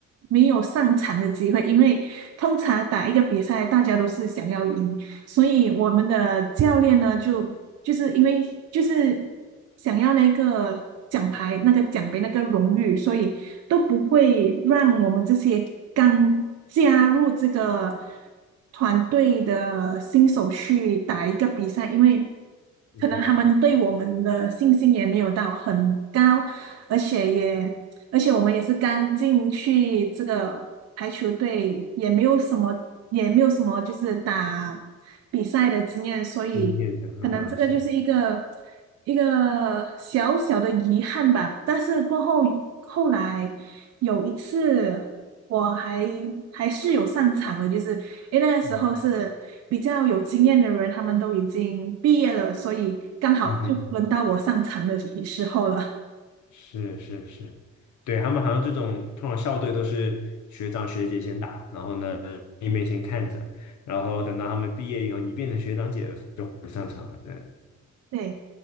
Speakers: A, on the right; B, on the left.
A: 没有上场的机会，因为通常打一个比赛，大家都是想要赢，所以我们的教练呢，就就是因为就是想要那个奖牌、那个奖杯、那个荣誉，所以都不会让我们这些刚加入这个团队的新手去打一个比赛，因为可能他们对我们的信心也没有到很高，
B: 嗯，
A: 而且也而且我们也是刚进去这个排球队，也没有什么，也没有什么就是打比赛的经验，所以可能这个就是一个
B: <laughs> 经验的，嗯哼，是，
A: 一个小小的遗憾吧。但是过后后来有一次，我还还是有上场的，就是因为那个时候是比较有经验的人，
B: 嗯
A: 他们都已经毕业了，所以刚好就轮到我上场的时候了。
B: 嗯哼。是是是，对，他们好像这种通常校队都是学长学姐先打，然后呢妹妹先看着，然后等到他们毕业以后，你变成学长姐了就不上场了。对，
A: 对。